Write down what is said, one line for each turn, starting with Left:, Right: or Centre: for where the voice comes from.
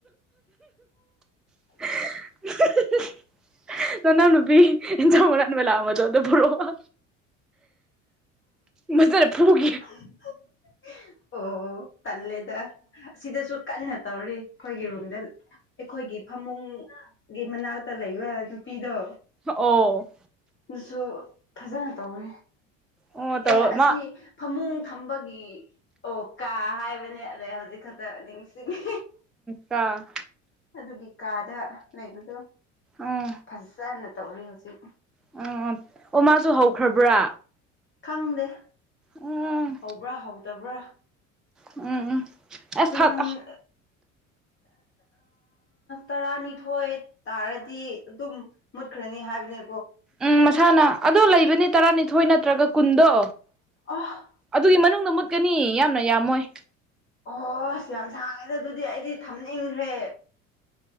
Centre: <unintelligible> ꯅꯅꯥꯎ ꯅꯨꯄꯤ ꯏꯟꯖꯥꯎ ꯃꯥꯟꯕ ꯃꯦꯂꯕꯗꯨ ꯑ ꯑꯗꯨ ꯄꯨꯔꯛꯑꯣ ꯃꯖꯅ ꯐꯨꯈꯤ
Left: ꯎ ꯑꯣ ꯇꯜꯂꯦꯗ ꯑꯁꯤꯗꯁꯨ ꯀꯟꯅ ꯇꯧꯔꯤ ꯑꯩꯈꯣꯏꯒꯤ ꯔꯨꯝꯗ ꯑꯩꯈꯣꯏꯒꯤ ꯐꯃꯨꯡꯒꯤ ꯃꯅꯥꯛꯇ ꯂꯩꯕ ꯅꯨꯄꯤꯗꯣ
Centre: ꯑꯣ
Left: ꯑꯗꯨꯁꯨ ꯐꯖꯅ ꯇꯧꯋꯦ
Centre: ꯑꯣ ꯇꯧꯔ
Left: ꯑꯦ ꯑꯁꯤ
Centre: ꯃꯥ
Left: ꯐꯃꯨꯡ ꯊꯝꯕꯒꯤ ꯑꯣ ꯀꯥ ꯍꯥꯏꯕꯅꯦ ꯑ ꯍꯧꯖꯤꯛ ꯍꯧꯖꯤꯛ ꯈꯛꯇ ꯅꯤꯡꯁꯤꯡꯉꯤ
Centre: ꯇ
Left: ꯑꯗꯨꯒꯤ ꯀꯥꯗ ꯂꯩꯕꯗꯣ
Centre: ꯑꯣ
Left: ꯐꯖꯅ ꯇꯧꯔꯤ ꯍꯧꯖꯤꯛ
Centre: ꯎꯝ ꯑꯣ ꯃꯥꯁꯨ ꯍꯧꯈ꯭ꯔꯕ꯭ꯔꯥ
Left: ꯈꯪꯗꯦ
Centre: ꯎꯝ
Left: ꯍꯧꯕ꯭ꯔꯥ ꯍꯧꯗꯕ꯭ꯔꯥ
Centre: ꯎꯝ ꯎꯝ ꯑꯐꯛ
Left: ꯎꯝ ꯇꯔꯥꯅꯤꯊꯣꯏ ꯇꯥꯔꯗꯤ ꯑꯗꯨꯝ ꯃꯨꯠꯈ꯭ꯔꯅꯤ ꯍꯥꯏꯕꯅꯤ
Centre: ꯎꯝ ꯃꯁꯥꯅ ꯑꯗ ꯂꯩꯕꯅꯤ ꯇꯔꯥꯅꯤꯊꯣꯏ ꯅꯠꯇ꯭ꯔꯒ ꯀꯨꯟꯗꯣ
Left: ꯑꯍ
Centre: ꯑꯗꯨꯒꯤ ꯃꯅꯨꯡꯗ ꯃꯨꯠꯀꯅꯤ ꯌꯥꯝꯅ ꯌꯥꯝꯃꯣꯏ
Left: ꯑꯣꯁ ꯌꯥꯝ ꯁꯥꯡꯉꯦꯗ ꯑꯗꯨꯗꯤ ꯑꯩꯗꯤ ꯊꯝꯅꯤꯡꯈ꯭ꯔꯦ